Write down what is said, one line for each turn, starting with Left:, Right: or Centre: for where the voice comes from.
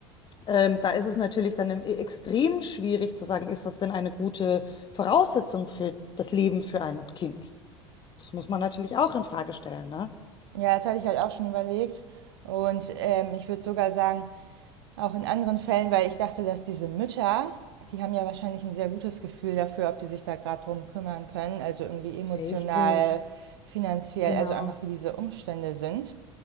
Left: ähm, da ist es natürlich dann im- extrem schwierig zu sagen, ist das denn eine gute Voraussetzung für das Leben für ein Kind? Das muss man natürlich auch in Frage stellen, ne?
Right: ja, das hatte ich halt auch schon überlegt. Und ähm, ich würde sogar sagen, auch in anderen Fällen, weil ich dachte, dass diese Mütter, die haben ja wahrscheinlich ein sehr gutes Gefühl dafür, ob die sich da gerade drum kümmern können, also irgendwie emotional,
Left: Richtig,
Right: finanziell,
Left: genau.
Right: also einfach wie diese Umstände sind.